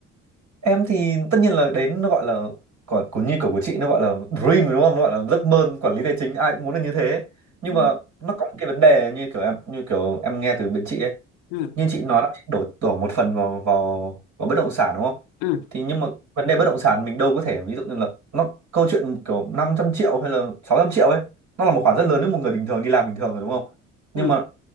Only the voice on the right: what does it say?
em thì tất nhiên là đến nó gọi là còn cũng như kiểu của chị nó gọi là dream rồi đúng không nó gọi là giấc mơ quản lý tài chính ai cũng muốn được như thế nhưng
mà nó có một cái vấn đề như kiểu em như kiểu em nghe từ bên chị ấy
như chị nói là chị đổ đổ một phần vào vào vào bất động sản đúng không
thì nhưng mà vấn đề bất động sản mình đâu có thể ví dụ như là nó câu chuyện kiểu 500 triệu hay là 600 triệu ấy nó là một khoản rất lớn với một người bình thường đi làm bình thường rồi đúng không nhưng
mà